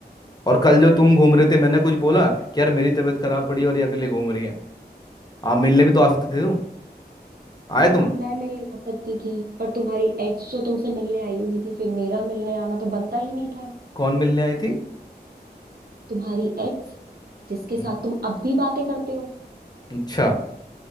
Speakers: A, on the left; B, on the right.
A: और कल जो तुम घूम रहे थे मैंने कुछ बोला कि यार मेरी तबीयत खराब पड़ी और ये अगले घूम रही है आप मिलने भी तो आ सकते थे तुम आए
B: हाँ
A: तुम
B: मैं मिलने आ सकती थी पर तुम्हारी एक्स जो तुमसे मिलने आई हुई थी फिर मेरा मिलने आना तो बनता ही नहीं था
A: कौन मिलने आई थी
B: तुम्हारी एक्स जिसके
A: हम्म,
B: साथ तुम अब भी बातें करते हो
A: अच्छा